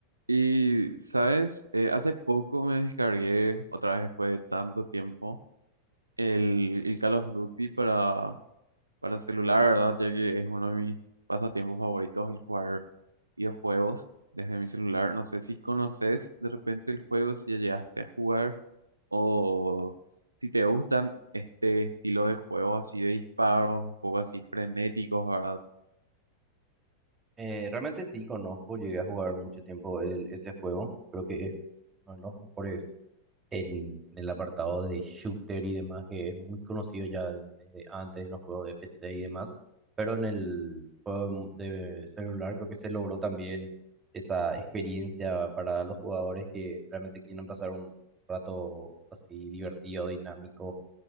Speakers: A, on the right; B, on the right.
A: Y, ¿sabes? Eh, hace poco me descargué, otra vez después de tanto tiempo, el, el Call of Duty para, para celular, ¿verdad? Ya que es uno de mis pasatiempos favoritos, el jugar videojuegos desde mi celular. No sé si conoces de repente el juego, si ya llegaste a jugar, o si te gustan este estilo de juegos así de disparos, un poco así frenéticos, ¿verdad?
B: Eh, realmente sí conozco, llegué a jugar mucho tiempo el- ese juego, creo que es uno de los mejores en, en el apartado de shooter y demás, que es muy conocido ya de- desde antes en los juegos de PC y demás, pero en el juego de celular creo que se logró también esa experiencia para los jugadores que realmente quieren pasar un rato así divertido, dinámico.